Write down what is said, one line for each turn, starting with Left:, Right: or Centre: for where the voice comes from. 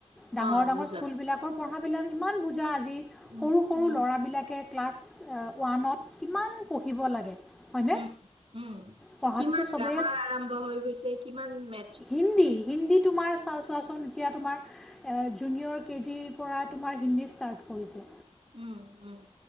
Centre: ডাঙৰ
Right: অ
Centre: ডাঙৰ
Right: বুজা
Centre: স্কুলবিলাকৰ পঢ়াবিলাক ইমান বুজা আজি
Right: উম
Centre: সৰু সৰু
Right: উম
Centre: ল'ৰাবিলাকে ক্লাছ ওৱানত কিমান পঢ়িব লাগে। হয়নে
Right: উম, উম
Centre: পঢ়াটোতো
Right: কিমান
Centre: চবেই
Right: গ্ৰামাৰ আৰম্ভ হৈ গৈছে কিমান ম
Centre: হিন্দী হিন্দী তোমাৰ চা চোৱাচোন এতিয়া তোমাৰ জুনিয়ৰ কেজিৰ পৰা তোমাৰ হিন্দী ষ্টাৰ্ট কৰিছে।
Right: উম, উম।